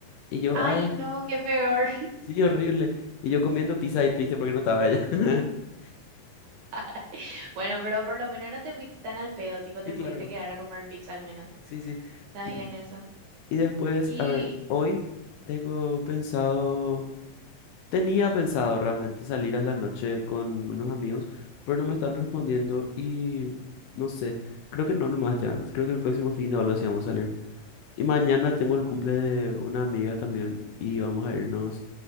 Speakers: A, on the left; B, on the right.
A: Y yo,
B: Ay,
A: ay,
B: no, qué peor.
A: sí, horrible. Y yo comiendo pizza y triste porque no estaba ella. <laughs>
B: <laughs> Bueno, pero por lo menos no te fuiste tan al pedo, tipo te
A: Y claro,
B: pudiste quedar a comer pizza al menos.
A: sí, sí.
B: Está
A: claro.
B: bien eso.
A: Y después,
B: Y,
A: a ver, hoy tengo pensado, tenía pensado realmente salir a la noche con unos amigos, pero no me están respondiendo y no sé, creo que no nomás ya, creo que el próximo fin de algo sí vamos a salir. Y mañana tengo el cumple de una amiga también y vamos a irnos